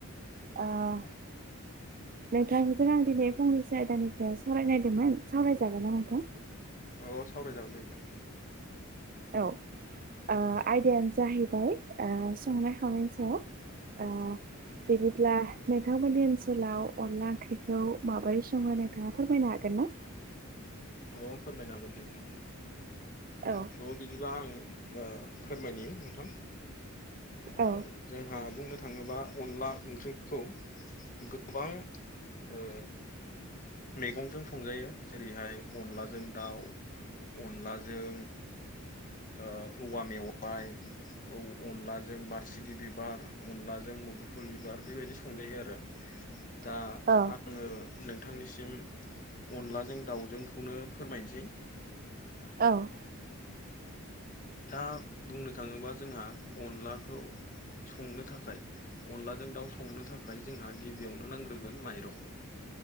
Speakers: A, on the right; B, on the left.
A: ओ
B: <unintelligible>
A: नोंथांजों आं दिनै फंनैसो आयदानि सायाव सावरायनायदोंमोन सावरायजागोन नामा नोंथां?
B: अ सावराय जागोन दे नोंथां।
A: औ ओ आयदायानो जाहैबाय ओ संनाय- खावनायनि सायाव।
B: <unintelligible>
A: ओ बिदिब्ला नोंथांमोननि ओनसोलाव अनला ओंख्रिखौ माबोरै सङो नोंथाङा फोरमायनो हागोन ना?
B: <unintelligible> औ फोरमायनो हागोन दे नोंथां
A: औ
B: थ' बिदिबा आं ओ फोरमायनि नोंथां
A: औ
B: ओ जोंहा बुंनो थाङोबा अनला ओंख्रिखौ गोबां ओ मैगंजों संजायो जेरैहाय अनलाजों दाउ। अनलाजों ओ औवा मेवाय, अनलाजों बारसिगि बिबार अनलाजों मुदुफुल बिबार बेबायदि संजायो आरो दा
A: औ
B: आङो नोंथांनिसिम अनलाजों दाउजोंखौनो फोरमायनोसै।
A: औ।
B: दा बुंनो थाङोबा जोंहा अनलाखौ संनो थाखाय अनलाजों दाउ संनो थाखाय जोंहा गिबियावनो नांग्रोगोन माइरं।